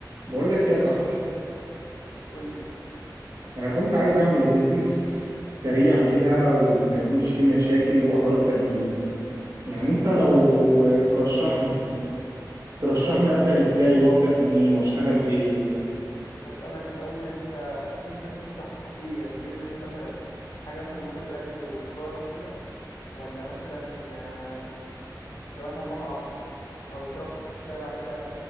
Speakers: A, on the right (about 60°); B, on the left (about 70°).
A: بقول لك إيه يا صاحبي
B: قول لي
A: انا كنت عايز اعمل بيزنس سريع كده وما يكونش فيه مشاكل واقدر ابدا بيه يعني انت لو ترشحني ترشحني ابدا ازاي وابدا منين واشتغل في ايه
B: اسالك الاول انت نفسك تفتح ايه يعني بيزنس مثلا حاجه مثلا لوكر براند وتجاره وكده ولا مثلا آم، يبقى مثلا مطعم او ترك في الشارع كده